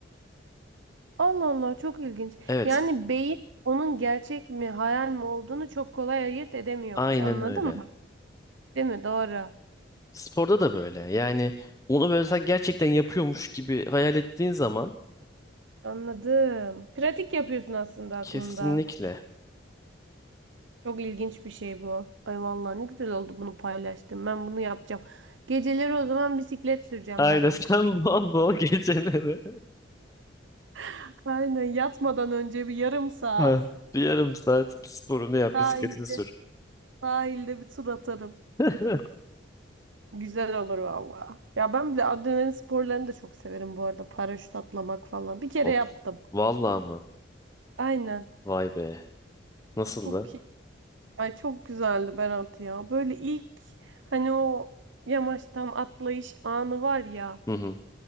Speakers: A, on the right (about 75°); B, on the left (about 15°).
A: Allah Allah çok ilginç.
B: Evet
A: Yani beyin onun gerçek mi hayal mi olduğunu çok kolay ayırt edemiyormuş.
B: aynen
A: Anladın
B: öyle.
A: mı? Değil mi? Doğru.
B: Sporda da böyle. Yani onu böyle sen gerçekten yapıyormuş gibi hayal ettiğin zaman
A: Anladım. Pratik yapıyorsun aslında aklında.
B: kesinlikle.
A: Çok ilginç bir şey bu. Ay vallahi ne güzel oldu bunu paylaştım. Ben bunu yapacağım. Geceleri o zaman bisiklet süreceğim
B: Aynen
A: Berat.
B: <laughs> sen bol bol geceleri.
A: <laughs> Aynen yatmadan önce bir yarım saat
B: Ha. Bir yarım saat sporunu yap,
A: sahilde
B: bisikletini sür.
A: sahilde bir tur atarım.
B: <laughs>
A: Güzel olur valla. Ya ben bile adrenalin sporlarını da çok severim bu arada. Paraşüt atlamak falan. Bir kere
B: Of,
A: yaptım.
B: vallahi mı?
A: Aynen.
B: Vay be. Nasıldı?
A: Çok iyi. Ay çok güzeldi Berat ya. Böyle ilk hani o yamaçtan atlayış anı var ya.
B: Hı hı.